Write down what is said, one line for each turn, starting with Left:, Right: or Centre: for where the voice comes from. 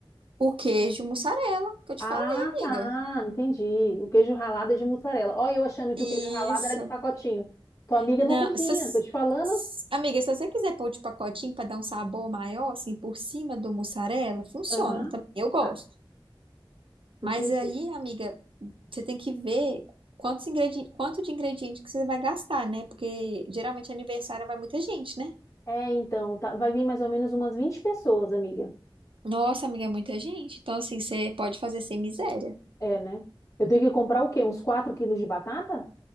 Right: O queijo mussarela, que eu te
Left: Ah,
Right: falei,
Left: tá.
Right: amiga.
Left: Entendi. O queijo ralado é de mussarela. Ó, eu achando que
Right: Isso.
Left: o queijo ralado era de pacotinho. Tua amiga
Right: Não,
Left: não cozinha,
Right: se-
Left: tô te falando.
Right: se- amiga, se você quiser pôr de pacotinho para dar um sabor maior, assim, por cima do mussarela, funciona
Left: Aham,
Right: também. Eu gosto.
Left: tá.
Right: Mas
Left: Entendi.
Right: aí, amiga, você tem que ver quantos ingredientes, quanto de ingrediente que você vai gastar, né? Porque geralmente aniversário vai muita gente, né?
Left: É, então, tá. Vai vir mais ou menos umas 20 pessoas, amiga.
Right: Nossa, amiga, é muita gente. Então, assim, você pode fazer sem miséria.
Left: É, né? Eu tenho que comprar o quê? Uns 4 quilos de batata?